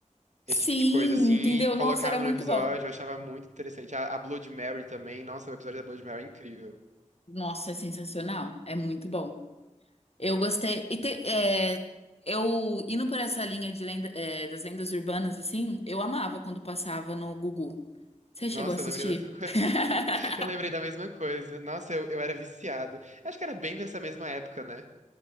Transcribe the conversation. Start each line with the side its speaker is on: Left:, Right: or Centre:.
Right: Esse
Left: Sim,
Right: tipo de coisa, assim,
Left: entendeu?
Right: e colocavam
Left: Nossa, era muito
Right: no episódio.
Left: bom.
Right: Eu achava muito interessante. A, a Blood Mary também. Nossa, o episódio da Blood Mary é incrível.
Left: Nossa, é sensacional. É muito bom. Eu gostei. E te- é, eu indo por essa linha de lenda, é, das lendas urbanas, assim, eu amava quando passava no Gugu. Você
Right: Nossa,
Left: chegou a assistir?
Right: eu lembrei da mesma coisa.
Left: <laughs>
Right: <laughs> Eu lembrei da mesma coisa. Nossa, eu, eu era viciado. Acho que era bem dessa mesma época, né?